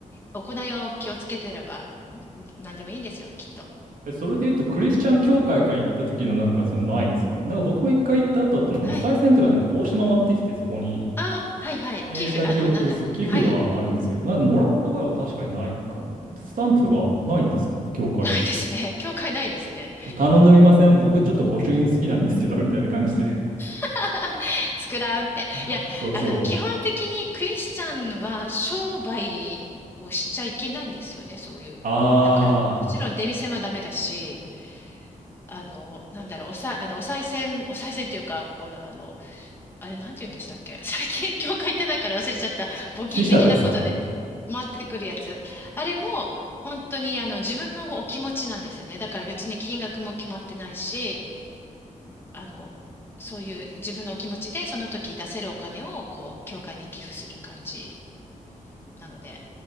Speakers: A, on the left; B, on the right.
A: 行いを気をつけてれば、ん何でもいいんですよ、きっと。
B: え、それで言うと、クリスチャン教会から行った時のなんかそういうのないんですかなんか僕も一回行った後って、お賽銭とかなんか帽子回ってきて、
A: はい。
B: そこに
A: あ、はいはい。
B: あれ入れた記憶、
A: 寄付、あの、なんだろう。
B: そう、寄付はあるんですけど、
A: はい。
B: な、もらった声は確かにないかも。スタンプとかないんですか教会って。
A: ないですね。<laughs> 教会ないですね。
B: ちょ、頼んでみません僕ちょっと御朱印好きなんですけど、みたいな感じで。
A: <laughs> 作らんって。
B: <laughs>
A: いや、
B: そうそう。
A: あの、基本的にクリスチャンは商売をしちゃいけないんですよね、そういう。
B: あ
A: だから、もちろん出店もダメだし、あの、なんだろう、おさ、あの、お賽銭、お賽銭というか、こう、あの、あれ、なんて言うんでしたっけ <laughs> 最近、教会行ってないから忘れちゃった。募金的なことで
B: ー、記者ですかね。
A: 回ってくるやつ。あれも、本当に、あの、自分のお気持ちなんですよね。だから別に金額も決まってないし、あの、そういう自分のお気持ちで、その時出せるお金を、こう、教会に寄付する感じなので、